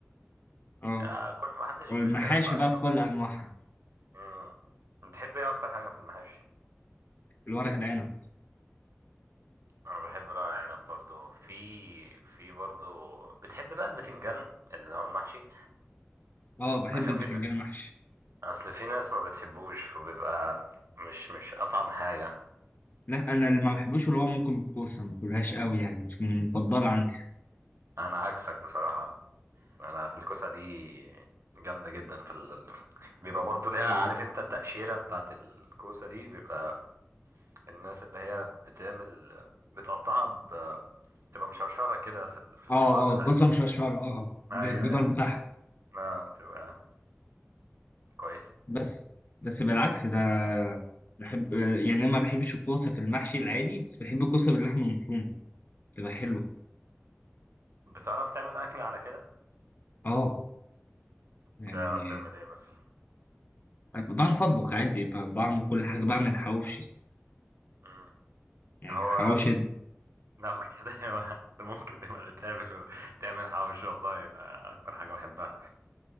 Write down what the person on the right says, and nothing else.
يعني كل ما حدش
بيختلف عليهم
امم بتحب ايه أكتر حاجة في المحاشي؟
أنا بحب ورق عنب برضو في في برضو بتحب بقى البتنجان اللي هو المحشي
عشان
في
أصل في ناس ما بتحبوش وبيبقى مش مش أطعم حاجة
أنا عكسك بصراحة أنا الكوسة دي جامدة جدا في ال... بيبقى برضو ليها عارف انت التقشيرة بتاعت الكوسة دي بيبقى الناس اللي هي بتعمل بتقطعها ب... بتبقى مشرشرة كده في ال- في الجدار
بتاع
ال...
ايوه ايوه
آه، بتبقى كويسة
بتعرف تعمل أكل على كده؟
تعرف تعمل ايه مثلا؟
مم.
هو
لو كده يبقى <laughs> ممكن نبقى نتقابل وتعمل حواوشي والله يبقى أكتر حاجة بحبها